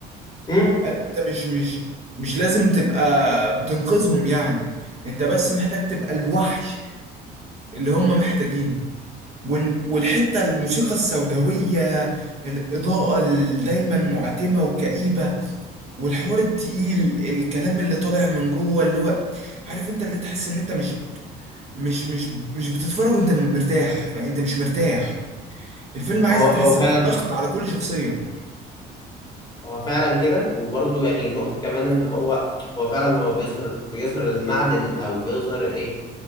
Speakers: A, on the left (about 25°); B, on the right (about 40°).
A: امم
B: قال انت مش مش مش لازم تبقى بتنقذهم يعني انت بس محتاج تبقى الوحش اللي هم محتاجينه وال- والحتة الموسيقى السوداوية الإضاءة اللي دايما معتمة وكئيبة والحوار التقيل الكلام اللي طالع من جوه اللي هو عارف انت اللي تحس ان انت مش مش مش مش بتتفرج وانت مرتاح فانت مش مرتاح الفيلم عايزك
A: هو هو
B: تحس
A: فعلا
B: بالضغط على كل شخصية
A: هو فعلا كده وبرضه يعني نقطة كمان إن هو هو فعلا هو بيظهر بيظهر المعدن أو بيظهر إيه